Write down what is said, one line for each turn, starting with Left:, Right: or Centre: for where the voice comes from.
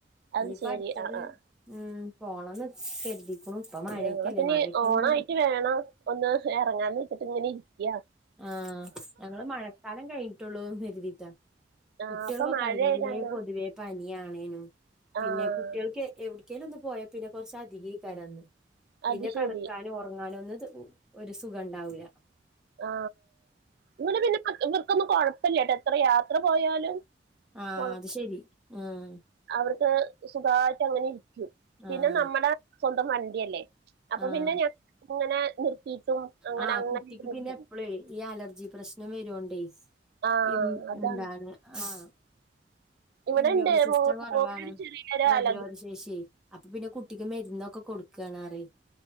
Right: അത്
Centre: ഇനിപ്പോ
Right: ശെരി
Centre: അടുത്തത്
Right: ആഹ് ആഹ്
Centre: ഉം പോണന്ന് കെര്തികുണു ഇപ്പൊ മഴക്കല്ലേ
Right: ഞങ്ങള് പിന്നെ
Centre: മഴക്കൊന്ന്
Right: ഓണായിട്ട് വേണം ഒന്ന് ഇറങ്ങാന്ന് വെച്ചിട്ട് ങ്ങനെ ഇരിക്കിയാ
Centre: ആ ഞങ്ങൾ മഴക്കാലം കഴിഞ്ഞിട്ടുള്ളൂന്ന് രുതീട്ടാ
Right: ആഹ്
Centre: കുട്ടിയൽക്കൊക്കെ
Right: ഇപ്പൊ മഴയായ
Centre: അല്ലെങ്കിലേ
Right: കാരണം
Centre: പൊതുവേ പനിയണേനും
Right: ആഹ്
Centre: പിന്നെ കുട്ടികൾക്ക് എവ്ട് ക്കേലും ഒന്ന് പോയാ പിന്നെ കൊറച്ച് അധികെകാരംഅന്ന് പിന്നെ
Right: അത് ശെരി
Centre: കടക്കാനും ഒറങ്ങാനും ഒന്ന് ഒരു സുഖം ഉണ്ടാവുല
Right: ആ എന്നിട്ട് പിന്നെ വർക്കൊന്നും കൊഴപ്പല്ലട്ടോ എത്ര യാത്ര പോയാലും
Centre: ആഹ്
Right: കൊഴ
Centre: അത്ശരി ആഹ്
Right: അവർക്ക് സുഖായിട്ട് അങ്ങനെ ഇരിക്കും പിന്നെ
Centre: ആഹ്
Right: നമ്മടെ സ്വന്തം വണ്ടി അല്ലേ അപ്പൊ
Centre: ആഹ്
Right: പിന്നെ ഞ ങ്ങനെ നിർത്തിട്ടും അങ്ങനെ
Centre: ആഹ്
Right: അങ്ങനെ
Centre: കുട്ടിക്ക്
Right: <unintelligible>
Centre: പിന്നെ എപ്പളേ ഈ അലർജി പ്രശ്നം വരുടെയ്
Right: ആ
Centre: ഉം
Right: അതാണ്
Centre: എന്താണ് ആഹ്
Right: ഇവിടെണ്ട്
Centre: ഇമ്മ്യൂണി സിസ്റ്റം കൊറവാണ്
Right: മോനൊരു ചെറിയൊരു
Centre: പ്രതിരോധ
Right: അലർജി
Centre: ശേഷി അപ്പൊ പിന്നെ കുട്ടിക്ക് മെര്ന്നൊക്കെ കൊടുക്കണാറേയ്